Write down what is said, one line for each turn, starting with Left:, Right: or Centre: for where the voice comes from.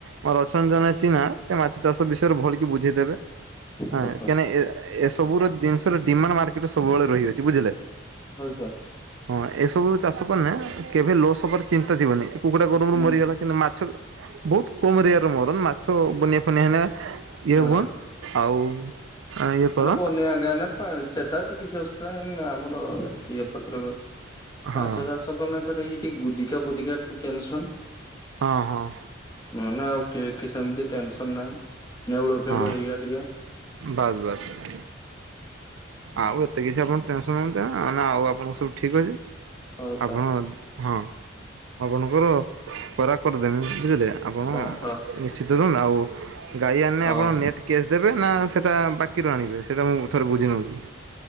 Right: ମମର ଅଚଛନ୍ତି ଜଣେ ଚିହ୍ନା ସେ ମାଛ ଚାଷ ବିଷୟରେ ଭଲ କିି ବୁଝିଦେବେ। ହଁ
Left: ହଉ ସାର୍।
Right: ଏ ସବୁର ଜିନିଷ ର ଡିମାଣ୍ଡ ମକେଟ ସବୁବେଳେ ରହିଅଛି ବୁଝିଲେ।
Left: ହଲସ
Right: ହଁ ଏସବୁ ଚାଷ କନ କେବେ ଲୋସବାର ଚିନ୍ତା ଥିବନି କୁକୁଡ଼ା ଗରମ ରୁ
Left: ନାଇଁସ୍
Right: ମରିଗଲା କିନ୍ତୁ ମାଛ ମାଛ ବହୁତ କମ ରେର ମରନ୍ ମାଛ ବନଆ ଫନିଆ ହେ ଇଏ
Left: ହଁ
Right: ହୁଅନ୍ ଆଉ ଇଏ କରନ୍
Left: ମାନେ ବନି ଆଜ୍ଞା ପା ସେଟା ତ କିଛି ଅୁ ଆମର ଇଏ ପାଖରେ ଘରେ
Right: ହଁ
Left: ମାଛ ଚାଷ କଲେ ସାର୍ ଏଇ ଟିକେ ଗୁଧିକା ଫୋଧିକା ଟିକେ ଟେନସନ
Right: ହଁ ହଁ
Left: ନ ନା କି କି ସେମିତି ଟେନସନ ନାହିଁ ନେଉଳୁ ଫେଉଳୁ
Right: ହଁ
Left: ହେଇଗା ଟିକେ।
Right: ବାସ୍ ବାସ୍ ଆଉ ଏତେ କିଛି ଆପଣ ଟେନସନ୍ ନିଅନ୍ତେ ନା ନା ଆଉ ଆପଣଙ୍କ ସବୁ ଠିକ୍ ଅଛି
Left: ହଉ ସାର୍
Right: ଆପଣ ହଁ ଆପଣଙ୍କର ଖରା କରିଦେମି ବୁଝିଲେ ଆପଣ
Left: ହଁ ହଁ
Right: ଶତ ଆଉ ଗାଈ ଆଣେ
Left: ହଉ।
Right: ଆପଣ ନେଟ୍ କେସ୍ ଦେବେ ନା ସେଇଟା ବାକିରୁ ଆଣିବେ ସେଇଟା ମୁଁ ଥରେ ବୁଝି ନେଉଛି।